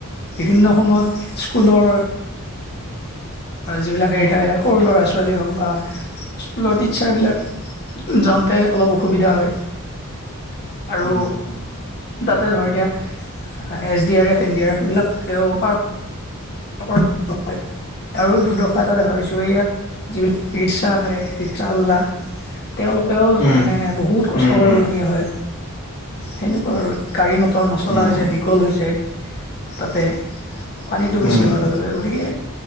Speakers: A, on the left (about 45°); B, on the left (about 80°).
A: বিভিন্ন সময়ত স্কুলৰ যিবিলাক হেৰি থাকে সৰু ল'ৰা ছোৱালী হওক বা স্কুলত ইচ্ছা বিলাক যাওঁতে অলপ অসুবিধা হয়। আৰু
B: উম উম
A: তাতে ধৰি দিয়া S D R F N D R F এইবিলাকেও পাৰ <unintelligible> আৰু দুৰ্দৰ্শা এটা দেখা পাইছোঁ এইয়া যি ৰিক্সা থাকে ৰিক্সাৱাল্লা তেওঁলোকেও
B: উম
A: মানে বহুত কষ্ট
B: উম
A: কৰিবলগীয়া
B: উম
A: হয়। সেনেকুৱা আৰু গাড়ী মটৰ বতৰ নচলা
B: উম
A: হৈছে বিকল হৈছে তাতে পানীতটো বেছি
B: উম
A: হোৱাৰ লগে লগে গতিকে